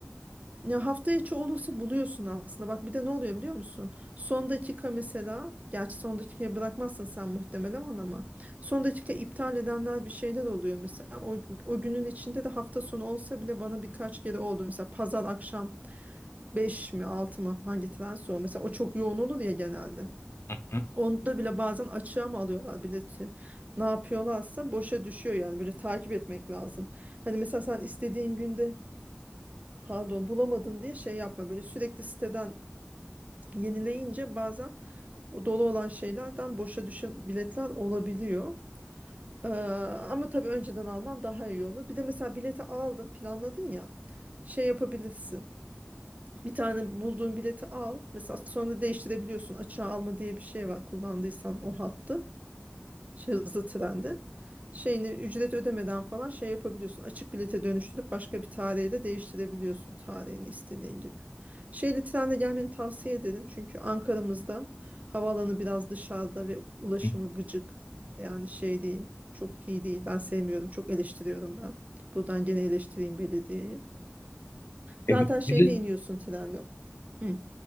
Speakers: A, on the right; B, on the left.
A: ya hafta içi olursa buluyorsun aslında. Bak bir de ne oluyor biliyor musun? Son dakika mesela, gerçi son dakikaya bırakmazsın sen muhtemelen ama son dakika iptal edenler bir şeyler oluyor mesela. O, o günün içinde de hafta sonu olsa bile bana birkaç kere oldu. Mesela pazar akşam 5 mi 6 mı hangi trense o. Mesela o çok yoğun olur ya genelde.
B: Hı
A: Onda bile bazen açığa mı alıyorlar bileti? Ne yapıyorlarsa boşa düşüyor yani böyle takip etmek lazım. Hani mesela sen istediğin günde pardon bulamadın diye şey yapma böyle sürekli siteden yenileyince bazen o dolu olan şeylerden boşa düşen biletler olabiliyor. Ee, ama tabii önceden alman daha iyi olur. Bir de mesela bileti aldın planladın ya şey yapabilirsin. Bir tane bulduğun bileti al. Mesela sonra değiştirebiliyorsun. Açığa alma diye bir şey var kullandıysan o hattı. şey, hızlı trende şeyini ücret ödemeden falan şey yapabiliyorsun. Açık bilete dönüştürüp başka bir tarihe de değiştirebiliyorsun tarihini istediğin gibi. Şeyli trenle gelmeni tavsiye ederim. Çünkü Ankara'mızda havaalanı biraz dışarıda ve ulaşımı
B: hı.
A: gıcık. Yani şey değil. Çok iyi değil. Ben sevmiyorum. Çok eleştiriyorum ben. Buradan gene eleştireyim belediyeyi.
B: E,
A: Zaten
B: bir,
A: şeyde
B: bir de
A: iniyorsun trenle. Hı.